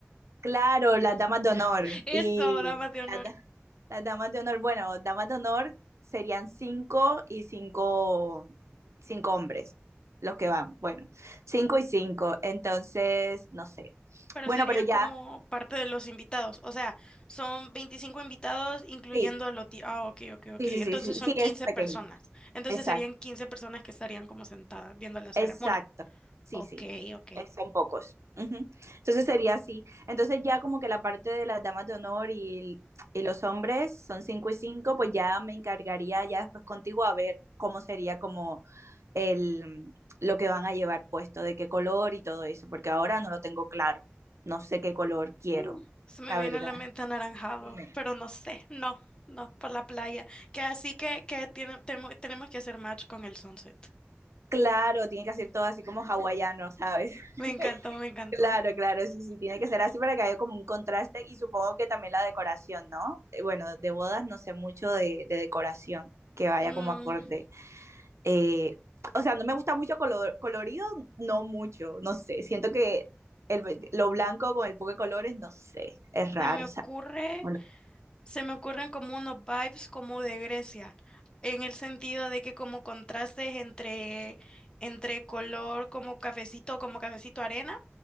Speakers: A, on the right; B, on the left.
A: claro, las damas de honor
B: eso,
A: y...
B: damas de honor,
A: Las damas de honor, bueno, damas de honor serían cinco y cinco, cinco hombres los que van. Bueno, cinco y cinco. Entonces, no sé.
B: pero
A: Bueno,
B: serían
A: pero ya,
B: como parte de los invitados. O sea, son 25 invitados, incluyendo
A: sí,
B: a los... di- Ah, ok, ok, ok.
A: sí,
B: Entonces
A: sí, sí, sí,
B: son
A: sí
B: 15
A: es pequeño.
B: personas. Entonces
A: Exacto,
B: serían 15 personas que estarían como sentadas viendo la ceremonia.
A: exacto. Sí,
B: Ok,
A: sí.
B: ok.
A: eh, Son pocos. Ujú. Entonces sería así. Entonces ya como que la parte de las damas de honor y, y los hombres son cinco y cinco, pues ya me encargaría ya después contigo a ver cómo sería como el, lo que van a llevar puesto, de qué color y todo eso, porque ahora no lo tengo claro. No sé qué color quiero,
B: Mm, Se me
A: la
B: viene
A: verdad.
B: a la mente anaranjado,
A: Dime.
B: pero no sé, no, no, por la playa. Que así que, que tiene- temo- tenemos que hacer match con el sunset.
A: Claro, tiene que hacer todo así como hawaiano, ¿sabes?
B: Me
A: <laughs>
B: encantó, me encantó.
A: Claro, claro, sí, sí, tiene que ser así para que haya como un contraste y supongo que también la decoración, ¿no? Eh, Bueno, de bodas no sé mucho de, de decoración, que vaya
B: Mm,
A: como acorde. Eh, o sea, no me gusta mucho color, colorido, no mucho, no sé, siento que el, lo blanco con el poco de colores, no sé, es raro,
B: se me ocurre.
A: Hola.
B: Se me ocurren como unos vibes como de Grecia, en el sentido de que como contrastes entre, entre color como cafecito, como cafecito arena